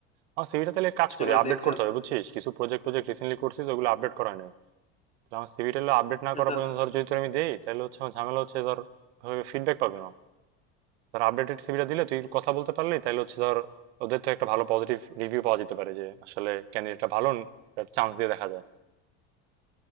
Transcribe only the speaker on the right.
আমার সিভিটা তাহলে এক কাজ
করি
আপডেট
করতে হবে বুঝছিস কিছু প্রজেক্ট প্রজেক্ট রিসেন্টলি করছিস ওগুলো আপডেট করা হয় নাই তাহলে আমার সিভিটা আপডেট না
করা
পর্যন্ত ধর যদি তোর আমি দেই তাহলে হচ্ছে আমার ঝামেলা হচ্ছে ধর ফিডব্যাক পাবে না ধর আপডেটেড সিভিটা দিলে তুই কথা বলতে পারলি তাহলে হচ্ছে ধর ওদের তো একটা ভালো পজিটিভ রিভিউ পাওয়া যেতে পারে যে আসলে ক্যান্ডিডেটটা ভালো চান্স দিয়ে দেখা যায়